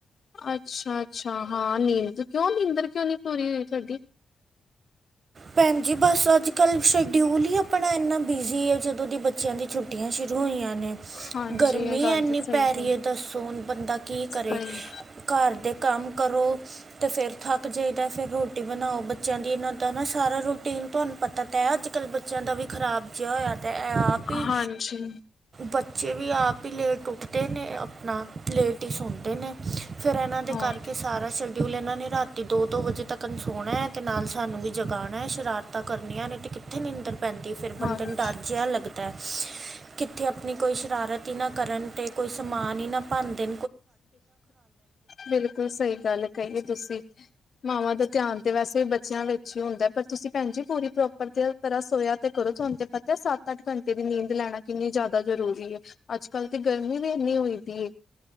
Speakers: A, on the left; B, on the right.
A: ਅੱਛਾ! ਅੱਛਾ ਹਾਂ ਨੀਂਦ ਕਿਉਂ ਨੀਂਦਰ ਕਿਉਂ ਨੀ ਪੂਰੀ ਹੋਈ ਤੁਹਾਡੀ?
B: ਭੈਣ ਜੀ ਬਸ ਅੱਜ ਕੱਲ ਸ਼ਡਿਊਲ ਹੀ ਆਪਣਾ ਇੰਨਾ ਬਿਜ਼ੀ ਆ ਜਦੋਂ ਦੀ ਬੱਚਿਆਂ ਦੀ ਛੁੱਟੀਆਂ ਸ਼ੁਰੂ ਹੋਈਆਂ।
A: ਹਾਂਜੀ
B: ਗਰਮੀ
A: ਇਹ ਗੱਲ
B: ਇੰਨੀ
A: ਤਾਂ ਸਹੀ
B: ਪੈ ਰਹੀ
A: ਕਹੀ
B: ਹੈ। ਦੱਸੋ ਬੰਦਾ ਕੀ ਕਰੇ
A: ਸਹੀ
B: ਘਰ ਦੇ ਕੰਮ ਕਰੋ ਅਤੇ ਫਿਰ ਥੱਕ ਜਾਈਦਾ ਫਿਰ ਰੋਟੀ ਬਣਾਓ ਬੱਚਿਆਂ ਦੀ ਇਹਨਾਂ ਦਾ ਨਾ ਸਾਰਾ ਰੂਟੀਨ ਤੁਹਾਨੂੰ ਪਤਾ ਤਾਂ ਹੈ ਅੱਜ ਕੱਲ੍ਹ ਬੱਚਿਆਂ ਦਾ ਵੀ ਖਰਾਬ ਜਿਹਾ ਹੋਇਆ ਆਪ ਹੀ
A: ਹਾਂਜੀ
B: ਬੱਚੇ ਵੀ ਆਪ ਹੀ ਲੇਟ ਉੱਠਦੇ ਨੇ ਆਪਣਾ ਲੇਟ ਹੀ ਸੌਂਦੇ ਨੇ ਫੇਰ ਇਹਨਾਂ ਦੇ
A: ਹਾਂ
B: ਕਰਕੇ ਸਾਰਾ ਸਿਲ ਕਿਉਂਕਿ ਇਹਨਾਂ ਨੇ ਰਾਤੀ ਦੋ ਦੋ ਵਜੇ ਤੱਕ ਨਾ ਸੋਣਾ ਤੇ ਨਾਲ ਸਾਨੂੰ ਵੀ ਜਗਾਣਾ ਸ਼ਰਾਰਤਾਂ ਕਰਨੀਆਂ ਨੇ ਤੇ ਕਿੱਥੇ ਨੀਂਦਰ ਪੈਂਦੀ ਫਿਰ ਬੰਦੇ
A: ਹਾਂਜੀ
B: ਨੂੰ ਡਰ ਜਿਹਾ ਲੱਗਦਾ ਕਿੱਥੇ ਆਪਣੀ ਕੋਈ ਸ਼ਰਾਰਤ ਹੀ ਨਾ ਕਰਨ ਅਤੇ ਕੋਈ ਸਮਾਨ ਹੀ ਨਾ ਭੰਨ੍ਹਦੇ
A: ਬਿਲਕੁਲ ਸਹੀ ਗੱਲ ਕਹੀਏ ਤੁਸੀਂ ਮਾਵਾਂ ਦਾ ਧਿਆਨ ਤੇ ਵੈਸੇ ਬੱਚਿਆਂ ਵਿੱਚ ਹੀ ਹੁੰਦਾ ਪਰ ਤੁਸੀਂ ਭੈਣ ਜੀ ਪੂਰੀ ਪ੍ਰੋਪਰ ਤਰ੍ਹਾਂ ਸੋਇਆ ਤੇ ਕਰੋ ਤੁਹਾਨੂੰ ਤੇ ਪਤਾ ਸੱਤ ਅੱਠ ਘੰਟੇ ਦੀ ਨੀਂਦ ਲੈਣਾ ਕਿੰਨੀ ਜ਼ਿਆਦਾ ਜ਼ਰੂਰੀ ਹੈ ਅੱਜ ਕੱਲ੍ਹ ਤੇ ਗਰਮੀ ਵੀ ਇੰਨੀ ਹੋਈ ਦੀ ਹੈ